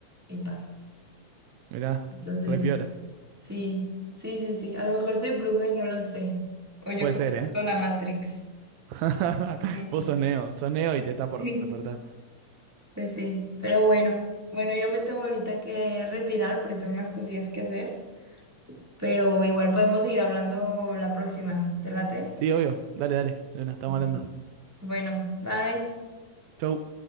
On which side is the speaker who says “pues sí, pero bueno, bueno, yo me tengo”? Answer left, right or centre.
Centre